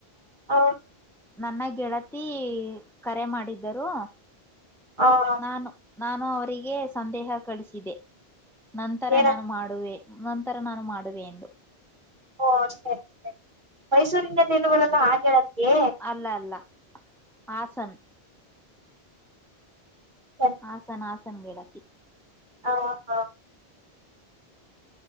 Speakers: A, on the right (about 50°); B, in the centre.
A: ಆ
B: ನಮ್ಮ ಗೆಳತಿ ಕರೆ ಮಾಡಿದ್ದರು.
A: ಹಾ
B: ನಾನು ನಾನು ಅವರಿಗೆ ಸಂದೇಹ ಕಳಿಸಿದೆ ನಂತರ
A: ಏನ
B: ನಾನು ಮಾಡುವೆ. ನಂತರ ನಾನು ಮಾಡುವೆ ಎಂದು.
A: ಓ ಸರಿ ಸರಿ ಮೈಸೂರಿಂದ ಹರಿದು ಬರದು ಹಾಗ ಹೇಳತ್ತೆ.
B: ಅಲ್ಲ ಅಲ್ಲ ಆಸನ್.
A: ಸರಿ
B: ಹಾಸನ್ ಹಾಸನ್ ಗೆಳತಿ.
A: ಅಹ ಹಾ